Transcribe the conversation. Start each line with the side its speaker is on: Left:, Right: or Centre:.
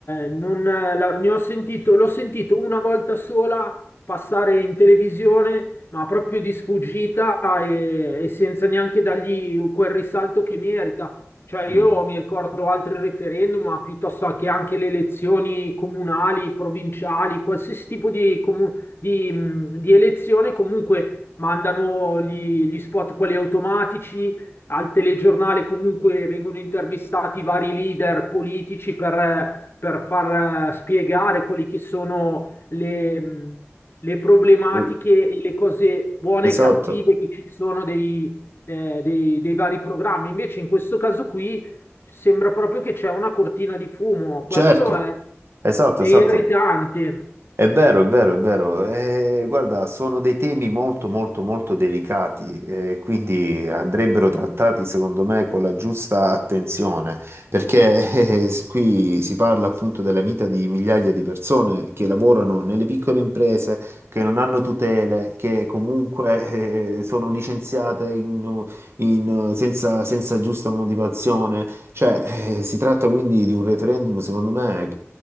Left: non, la- ne ho sentito, l'ho sentito una volta sola passare in televisione, ma proprio di sfuggita e, e senza neanche dargli quel risalto che merita. Cioè, io
Right: Mm.
Left: mi ricordo altri referendum, ma piuttosto che anche le elezioni comunali, provinciali, qualsiasi tipo di, comu- di, mh, di elezione, comunque mandano gli, gli spot, quelli automatici al telegiornale comunque vengono intervistati vari leader politici per, per far eh, spiegare quelli che sono le, le problematiche
Right: Eh,
Left: e le cose buone
Right: Esatto,
Left: e cattive che ci sono dei, eh, dei, dei vari programmi. Invece in questo caso qui sembra proprio che c'è una cortina di fumo. Questo
Right: certo,
Left: è,
Right: esatto,
Left: è
Right: esatto.
Left: irritante.
Right: È vero, è vero, è vero. Eh, guarda, sono dei temi molto, molto, molto delicati, eh, quindi andrebbero trattati, secondo me, con la giusta attenzione, perché eh, eh, s- qui si parla appunto della vita di migliaia di persone che lavorano nelle piccole imprese, che non hanno tutele, che comunque eh, sono licenziate in- in- senza, senza giusta motivazione. Cioè, eh, si tratta quindi di un referendum, secondo me,